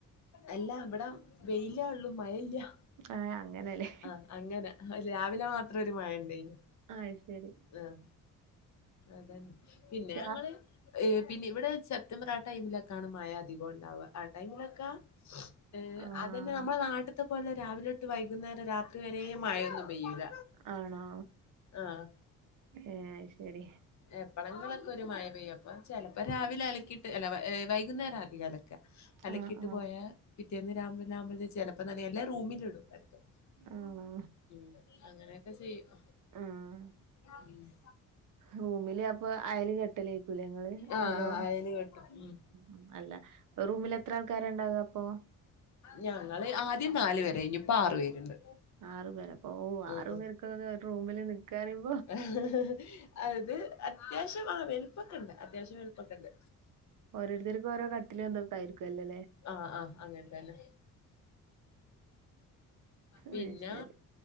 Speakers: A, on the left; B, on the right.
A: അല്ല ഇവിട വെയിലാള്ളു മഴല്ല്യ.
B: ആഹ് ഏ അങ്ങനെല്ലേ?
A: ആ അങ്ങനെ രാവിലെ മാത്രരു മഴ ണ്ടേനി
B: അയ് ശരി
A: ആഹ്. അതന്നെ പിന്നെ
B: ക്ലാ
A: ഞങ്ങള് ഹ് പിന്നെ ഇവിടെ സെപ്റ്റംബർ ആ ടൈമില. ക്കാണ് മയ അധികോണ്ടാവ, ആ ടൈമിലൊക്കെ ഏഹ്
B: ആഹ്
A: അതന്നെ നമ്മളെ നാട്ട്ത്തെ പോലെ രാവിലൊട്ട് വൈകുന്നേരം രാത് ഇത് വരെ മഴൊന്നും പെയ്യൂല
B: ആണോ
A: ആഹ്
B: ഏഹ് അഹ് ശെരി
A: എപ്പളങ്ങലൊക്കെ ഒരു മഴ പെയ്യുപ്പം ചെലപ്പം രാവിലെ അലക്കിയിട്ട് അല്ല വൈകുന്നേരം അധികലക്ക അലക്കിട്ട്
B: ആഹ് ആഹ്
A: പോയാ പിറ്റേന്ന് രാമ് ലാമ്പല് ചെലപ്പം നനയല്ലേ റൂമിലിടും എടക്ക്
B: ആണോ
A: ഉം അങ്ങനെയൊക്കെ ചെയ്യും
B: ആഹ്
A: പിന്നെ
B: റൂമില് അപ്പൊ അയല് കെട്ടലേക്കുലെ ങ്ങള്
A: ആഹ്
B: അതോ?
A: ആഹ് അയല് കെട്ടും ഉം
B: ഉം അല്ല ഒറൂമിൽ എത്ര ആൾക്കാരണ്ടാക അപ്പൊ?
A: ഞങ്ങള് ആദ്യം നാല് പേരായ്ഞ്ഞു ഇപ്പൊ ആറു പേരുണ്ട്.
B: ആറ് പേരപ്പോ ഓ
A: ഉം
B: ആറു പേർകൊക്കെ ഒരു റൂമില് നിക്കാറിം
A: ഹ് ഹ് ഹ് അത് അത്യാവശ്യം ആ വെലുപ്പക്കണ്ട് അത്യാവശ്യം വെലുപ്പക്കണ്ട്
B: ഓരോരുത്തര്ക്കും ഓരോ കട്ടിലും തൊക്കെ ആയിരിക്കൊല്ലലെ
A: ആഹ് ആഹ് അങ്ങൻ തന്നെ പിന്ന
B: അയ് ശരി